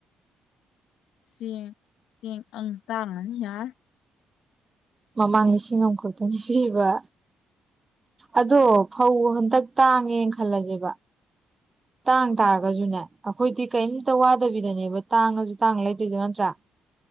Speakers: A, on the left; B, on the right.
A: ꯆꯦꯡ ꯆꯦꯡ ꯑꯪ ꯇꯥꯡꯉꯅꯤ ꯌꯥꯔ
B: ꯃꯃꯥꯡ ꯂꯤꯁꯤꯡ ꯑꯃꯈꯛꯇꯅꯤ ꯄꯤꯕ ꯑꯗꯣ ꯐꯧ ꯍꯟꯇꯛ ꯇꯥꯡꯉꯦ ꯈꯜꯂꯖꯦꯕ ꯇꯥꯡ ꯇꯥꯔꯒꯖꯨꯅꯦ ꯑꯩꯈꯣꯏꯗꯤ ꯀ꯭ꯌꯤꯝꯇ ꯋꯥꯗꯕꯤꯗꯅꯦꯕ ꯇꯥꯡꯉꯖꯨ ꯇꯥꯡ ꯂꯩꯗꯣꯏꯖꯦ ꯅꯠꯇ꯭꯭ꯔꯥ